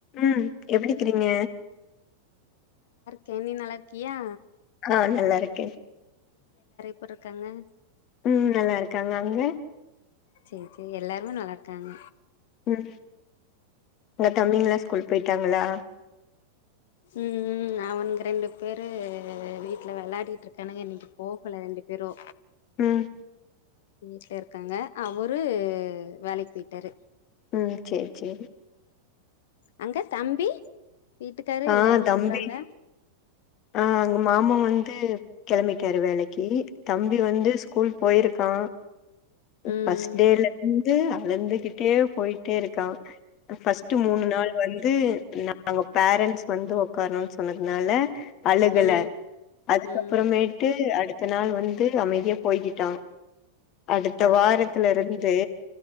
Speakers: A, on the left (about 35°); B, on the left (about 55°).
A: உம் எப்டிகிறிங்க
B: கே நீ நல்லார்க்கியா
A: ஆ நல்லாருக்கே
B: ப்புருக்காங்க
A: உம் நல்லாருக்காங்க அங்க
B: சேரி சேரி எல்லாருமே நல்லாருக்காங்க
A: ம் அங்க தம்பிங்களா ஸ்கூல் போயிட்டாங்களா
B: உம் ம் அவனுங்க ரெண்டு பேரு வீட்ல வெளையாடிட்ருக்கானுங்க இன்னைக்கு போகல ரெண்டுப் பே இரோ
A: உம்
B: வீட்ல இருக்காங்க அவரு வேலைக் பேயிட்டாரு
A: உம் சேரி சேரி
B: அங்க தம்பி வீட்டுக்காரு
A: ஆ
B: எல்லா என்ன
A: தம்பி
B: பண்றாங்க
A: ஆ அங்க மாமா வந்து கெளம்பிட் ட்டாரு வேலைக்கி தம்பி வந்து ஸ்கூல் போயிருக்கா
B: ம்
A: ஃபஸ்ட் டேலந்து அழுந்துகிட்டே போயிட்டேருக்கா ஃபஸ்ட்டு மூனு நாள் வந்து நாங்கப் பேரண்ட்ஸ் வந்து ஒக்கார்ணுன் சொன்னதுனால அழுகல
B: ம்
A: அதுக்கப்பறமேட்டு
B: ம்
A: அடு அடுத்த நாள் வந்து அமைதியா போய்கிட்டா அடுத்த
B: பரவால்ல
A: வாரத்துலருந்து